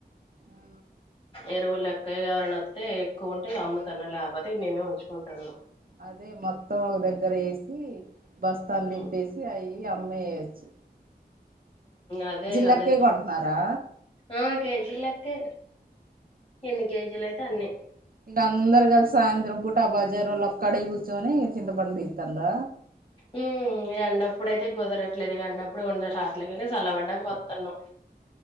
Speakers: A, on the right (about 60°); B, on the left (about 30°).
A: ఆ
B: ఎరువు లెక్కయి ఎవరైన వస్తే ఎక్కువ ఉంటే అమ్ముతాన్నా లేకపోతే మేమే ఉంచుకుంటున్నాం
A: అదే మొత్తం ఒక దగ్గర వేసి బస్తాన్ని
B: ఉమ్
A: నిప్పేసి అయి అమ్మేయ్యొచ్చు
B: అదే గదే
A: లెక్కే కొంటున్నారా
B: ఆ కె కేజీలెక్కె ఎన్ని కేజీలు అయితే అన్నె
A: ఇ అందరు కలిసి సాయంత్రం పూట ఆ బజార వాళ్ళు ఒక్కడే కూర్చొని చింత పండు తీత్తాండ్ర
B: ఉమ్ ఎండప్పుడు అయితే కుదరట్లేదుక ఎండప్పుడు ఎవరు రాట్లే కానే చల్లబడ్డాక వత్తున్నాం